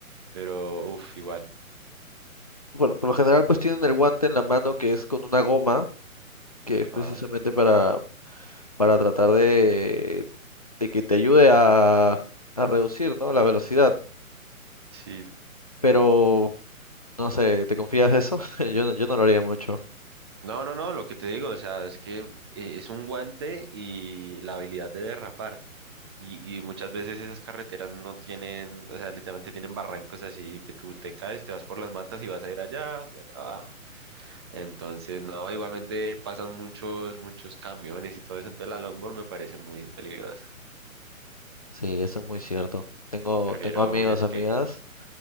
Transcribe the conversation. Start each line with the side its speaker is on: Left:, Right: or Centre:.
Right: pero uff, igual.
Left: Por, por lo general, pues tienen el guante en la mano que es con una goma, que es
Right: Ajá.
Left: precisamente para, para tratar de, de que te ayude a, a reducir, ¿no? La velocidad.
Right: Sí,
Left: Pero, no sé, ¿te confías de eso? <laughs> Yo, no- yo no lo haría mucho.
Right: No, no, no, lo que te digo, o sea, es que eh, es un guante y la habilidad de derrapar. Y, y muchas veces esas carreteras no tienen, o sea, literalmente tienen barrancos así que tú te caes, te vas por las matas y vas a ir allá, por allá abajo. Entonces, no, igualmente pasan muchos, muchos camiones y todo eso, entonces la longboard me parece muy peligrosa.
Left: Sí, eso es muy cierto. Tengo,
Right: Prefiero
Left: tengo amigos,
Right: un skate.
Left: amigas.